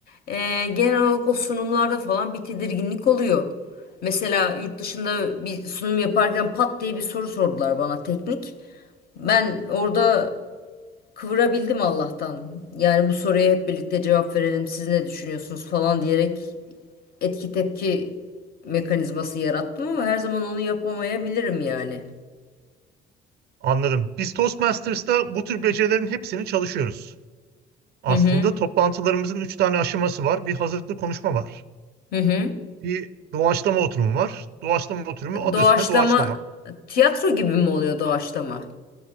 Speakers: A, on the left; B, on the right.
A: e, genel olarak o sunumlarda falan bir tedirginlik oluyor. Mesela yurt dışında bir sunum yaparken pat diye bir soru sordular bana teknik. Ben orada kıvırabildim Allah'tan. Yani bu soruya hep birlikte cevap verelim. Siz ne düşünüyorsunuz falan diyerek etki tepki mekanizması yarattım ama her zaman onu yapamayabilirim yani.
B: Anladım. Biz Toastmasters'ta bu tür becerilerin hepsini çalışıyoruz. Aslında
A: Hı hı.
B: toplantılarımızın üç tane aşaması var. Bir hazırlıklı konuşma var.
A: Hı hı.
B: Bir doğaçlama oturumu var. Doğaçlama oturumu adı
A: Doğaçlama
B: üstünde doğaçlama.
A: tiyatro gibi mi oluyor doğaçlama?